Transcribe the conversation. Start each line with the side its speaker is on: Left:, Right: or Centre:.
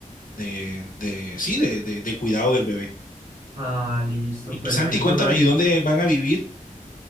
Left: de, de sí, de, de, de cuidado del bebé.
Right: Ah, listo,
Left: Y
Right: perfecto,
Left: Santi, cuéntame,
Right: Gabriel.
Left: ¿y dónde van a vivir?